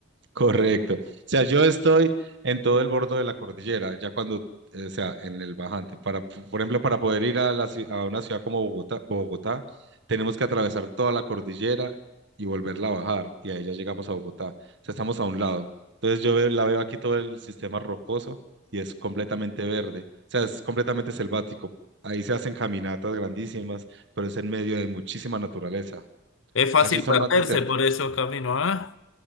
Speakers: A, on the right; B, on the left.
A: Correcto. O sea, yo estoy en todo el borde de la cordillera, ya cuando, eh, o sea, en el bajante. Para, po- por ejemplo, para poder ir a, la, ci- a una ciudad como Bogotá, Bogotá, tenemos que atravesar toda la cordillera y volverla a bajar, y ahí ya llegamos a Bogotá. O sea, estamos a un lado. Entonces yo veo- la veo aquí todo el sistema rocoso y es completamente verde. O sea, es completamente selvático. Ahí se hacen caminatas grandísimas, pero es en medio de muchísima naturaleza.
B: Es fácil
A: Allí son
B: perderse
A: más desérticos.
B: por esos caminos, ¿ah?